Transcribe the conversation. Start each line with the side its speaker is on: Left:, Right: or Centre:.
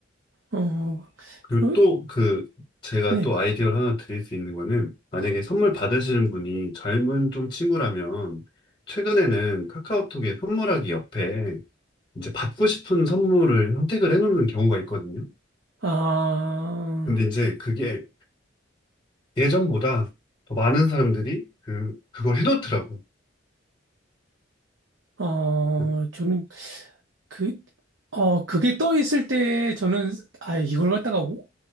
Right: 어,
Left: 그리고
Right: 그럼
Left: 또 그, 제가
Right: 네.
Left: 또 아이디어를 하나 드릴 수 있는 거는, 만약에 선물 받으시는 분이 젊은 좀 친구라면, 최근에는 카카오톡에 선물하기 옆에, 이제 받고 싶은 선물을 선택을 해놓는 경우가 있거든요.
Right: 아,
Left: 근데 이제 그게 예전보다 더 많은 사람들이 그, 그걸 해놓더라고.
Right: 어,
Left: 그-
Right: 저는 그, 어, 그게 떠 있을 때 저는 아, 이걸 갖다가 오-